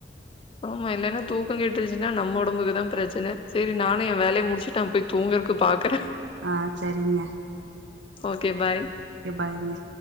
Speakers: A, on the left (about 30°); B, on the right (about 80°).
A: ஆமா இல்லைன்னா தூக்கம் கேட்டு ருச்சுன்னா நம்ம உடம்புக்கு தான் பிரச்சன சரி நானும் என் வேலைய முடிச்சு நா போய் தூங்கறதுக்கு பாக்குறேன்
B: ஆஹ் சேரிங்க
A: ஓகே பாய்
B: ஓகே பாய்ங்க